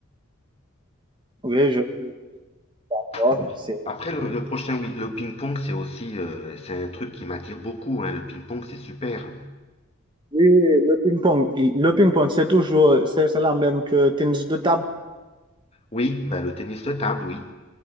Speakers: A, on the right; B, on the left.
A: oui, je suis d'accord.
B: Bon.
A: C'est-
B: Après le, le prochain, oui, le ping-pong, c'est aussi euh, c'est un truc qui m'attire beaucoup, hein. Le ping-pong, c'est super.
A: Oui, le ping-pong, il- le ping-pong, c'est toujours, c'est c'est la même que tennis de table.
B: Oui, bah, le tennis de table, oui.